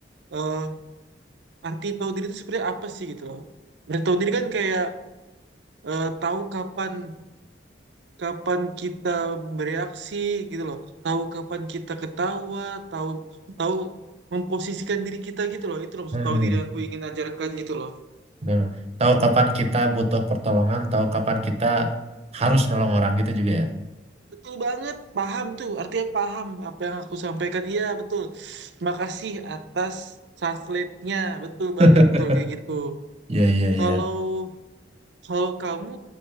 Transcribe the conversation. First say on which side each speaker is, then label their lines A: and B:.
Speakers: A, on the right (about 75°); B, on the right (about 35°).
A: eh, arti tahu diri itu sebenarnya apa sih gitu loh. Arti tahu diri kan kayak eh, tahu kapan kapan kita bereaksi gitu loh. Tahu kapan kita ketawa, tahu tahu memposisikan diri kita gitu loh. Itu loh maksud
B: Hmm,
A: tahu diri yang ku ingin ajarkan gitu loh.
B: benar. Tahu kapan kita butuh pertolongan, tahu kapan kita harus nolong orang gitu juga ya.
A: Betul banget, paham tuh. Artinya paham apa yang aku sampaikan. Iya, betul. Terima kasih atas translate-nya. Betul
B: <laughs>
A: banget, betul kayak gitu.
B: Iya, iya,
A: Kalau
B: iya.
A: kalau kamu